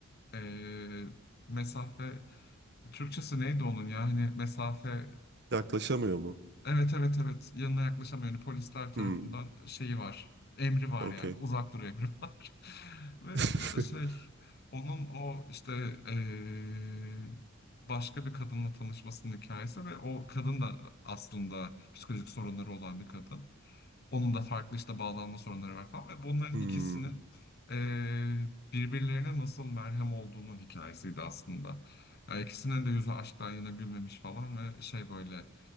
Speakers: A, on the left; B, on the right.
A: eee, mesafe Türkçesi neydi onun ya hani mesafe
B: Yaklaşamıyor mu?
A: Evet evet evet yanına yaklaşamıyor. Yani polisler tarafından
B: Hmm.
A: şeyi var. Emri var
B: Okey.
A: yani uzak dur emri <laughs> var. Ve
B: <laughs>
A: işte şey onun o işte eee, başka bir kadınla tanışmasının hikayesi ve o kadın da aslında psikolojik sorunları olan bir kadın. Onun da farklı işte bağlanma sorunları var falan ve bunların
B: Hmm.
A: ikisinin eee, birbirlerine nasıl merhem olduğunun hikayesiydi aslında. Yani ikisinin de yüzü aşktan yana gülmemiş falan ve şey böyle